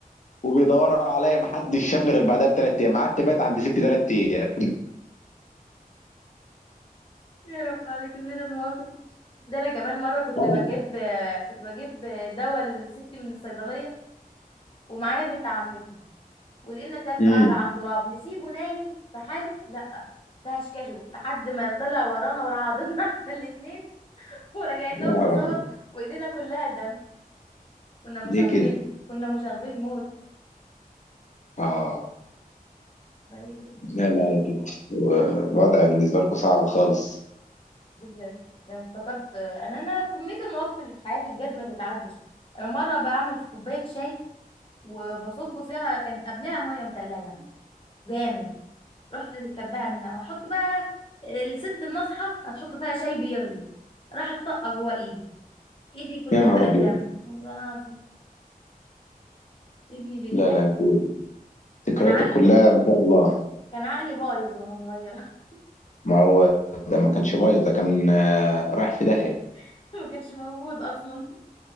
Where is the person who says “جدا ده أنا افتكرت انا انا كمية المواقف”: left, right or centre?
Left